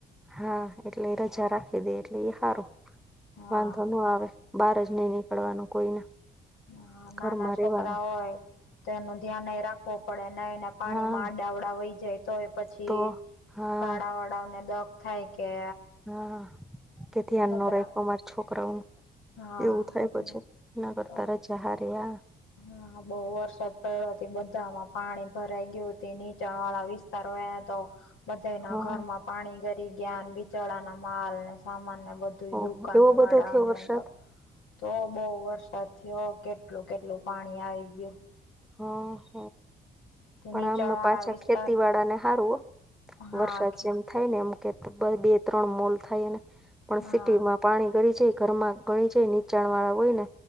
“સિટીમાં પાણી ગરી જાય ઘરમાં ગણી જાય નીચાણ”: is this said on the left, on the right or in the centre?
Centre